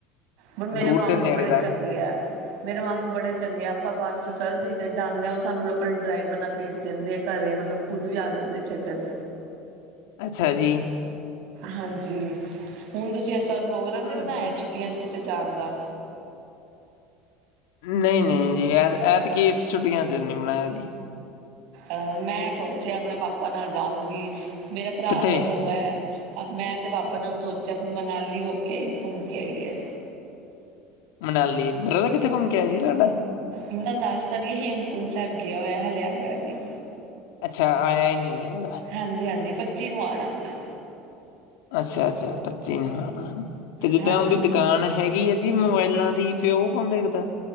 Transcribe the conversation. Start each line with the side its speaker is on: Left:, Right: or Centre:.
Right: ਬਣ ਮੇਰੇ
Left: ਦੂਰ
Right: ਮਾਮੂ
Left: ਤੇ ਨੇੜੇ
Right: ਬੜੇ
Left: ਦਾ
Right: ਚੰਗੇ ਆ ਮੇਰੇ ਮਾਮੂ ਬੜੇ ਚੰਗੇ ਆਪਾਂ ਬੱਸ ਚ ਚੱਲ ਜਾਈਦੇ ਜਾਂਦੇ ਉਹ ਸਾਨੂੰ ਆਪਣੇ ਡਰਾਈਵਰ ਭੇਜ ਦਿੰਦੇ ਆ ਘਰੇ ਮਤਲਬ ਖੁਦ ਵੀ ਆ ਜਾਂਦੇ ਛੱਡਣ
Left: ਅੱਛਾ ਜੀ
Right: ਹਾਂਜੀ ਹੁਣ ਤੁਸੀਂ ਇਸ ਵਾਰ ਪ੍ਰੋਗਰਾਮ ਵੀ
Left: ਅਮ,
Right: ਬਣਾਇਆ ਛੁੱਟੀਆਂ ਚ ਕਿਤੇ ਜਾਣ ਦਾ
Left: ਨਹੀਂ ਨਹੀਂ ਜੀ ਇਹ ਐਤ ਕੀ ਇਸ ਛੁੱਟੀਆਂ ਚ ਨ ਮਨਾਇਆ ਜੀ
Right: ਅਹ ਮੈਂ ਸੋਚਿਆ ਆਪਣੇ ਪਾਪਾ ਨਾਲ ਜਾਊਂਗੀ ਮੇਰਾ ਭਰਾ
Left: ਕਿੱਥੇ
Right: ਤਾਂ ਹੋ ਹੈ ਮੈਂ ਤੇ ਬਾਪਾ ਜ ਸੋਚਿਆ ਵੀ ਮਨਾਲੀ ਹੋ ਕੇ ਆਈ ਘੁੰਮ ਕੇ ਆਈ ਹੈ
Left: ਮਨਾਲੀ ਬ੍ਰਦਰਰ ਕਿੱਥੇ ਘੁੰਮ ਕਿ ਆਇਆ ਤੁਹਾਡਾ
Right: ਮੈਂ ਦੱਸ ਤਾਂ ਰਹੀ ਹਾਂ ਹੇਮਕੁੰਟ ਸਾਹਿਬ ਗਿਆ ਹੋਇਆ ਹਲੇਿਆ ਆਇਆ ਨਹੀਂ
Left: ਅੱਛਾ ਆਇਆ ਹੀ ਨਹੀਂ ਹੈਗਾ
Right: ਹਾਂਜੀ-ਹਾਂਜੀ ਪੱਚੀ ਨੂੰ ਆਉਣਾ ਉਹਨਾਂ
Left: ਅੱਛਾ, ਅੱਛਾ ਪੱਚੀ ਨਾਲ ਤੇ ਜਿੱਦਾਂ
Right: ਹਾਂਜੀ।
Left: ਉਹਦੀ ਦੁਕਾਨ ਹੈਗੀ ਆ। ਇਹਦੀ ਮੋਬਾਇਲਾਂ ਦੀ ਫੇਰ ਉਹ ਕੌਣ ਦੇਖਦਾ।